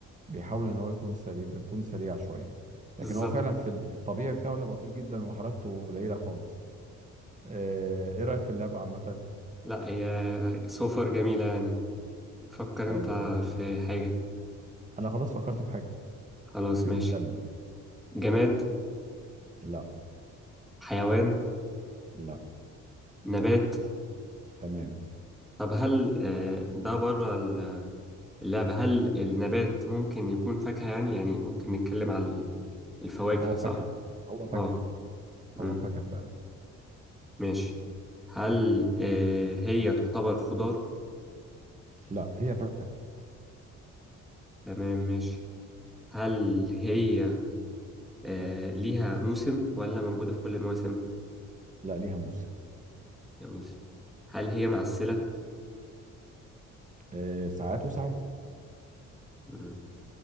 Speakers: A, on the right; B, in the centre.
A: بيحاول ان هو يكون سريع بيكون سريع شوية لكن
B: بالظبط
A: هو فعلا في ال- في الطبيعي بتاعه لا بطيء جدا وحركته قليلة خالص آه، ايه رأيك في اللعبة عامة
B: لا هي سوفر جميلة يعني فكر
A: طيب
B: انت
A: خلاص
B: في حاجة
A: انا خلاص فكرت في حاجة
B: خلاص
A: ابتدي
B: ماشي
A: اسألني
B: جماد
A: لا
B: حيوان
A: لا
B: نبات
A: تمام
B: طب هل آه، ده بره اللعبة هل النبات ممكن يكون فاكهة يعني يعني ممكن نتكلم على الفواكه
A: هو فاكهة
B: صح؟
A: هو فاكهة
B: اه امم
A: هو فاكهة فعلا
B: ماشي هل آه هي تعتبر خضار؟
A: لا هي فاكهة
B: تمام ماشي هل هي آه ليها موسم ولا موجودة في كل المواسم؟
A: لا ليها موسم
B: يا موسم هل هي معسلة؟
A: آه، ساعات وساعات
B: مم.